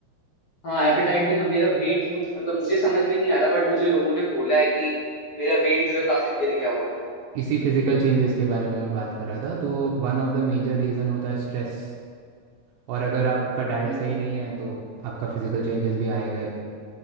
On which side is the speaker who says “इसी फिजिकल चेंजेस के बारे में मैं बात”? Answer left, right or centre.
Right